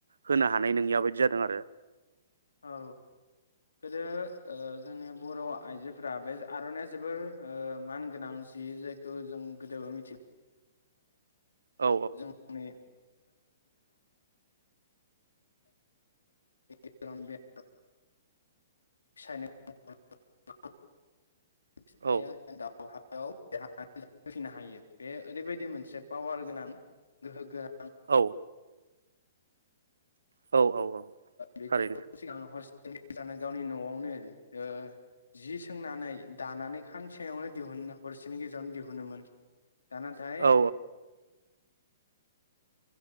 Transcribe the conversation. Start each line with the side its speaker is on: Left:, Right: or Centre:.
Right: होनो हानाय नोंनिया बायदि जादों आरो।
Left: औ गोदो ओ जोंनि बर' आइजोफोरा बे आरनाइया जोबोर मान गोनां जि जायखौ जों गोदोबो मिथि
Right: औ
Left: जोंनि <unintelligible> <unintelligible> साइना <unintelligible> <unintelligible> <unintelligible>
Right: औ
Left: हायो बे ओरैबायदि मोनसे पावार गोनां गोहो गो
Right: औ औ औ औ
Left: बेखौ
Right: थारैनो
Left: सिगाङाव हरसेनि गेजेरावनो गावनि नआवनो ओ जि सोंनानै दानानै खानसेङयावनो दिहुननो हरसेनि गेजेरावनो दिहुनोन दा नाथाय
Right: औ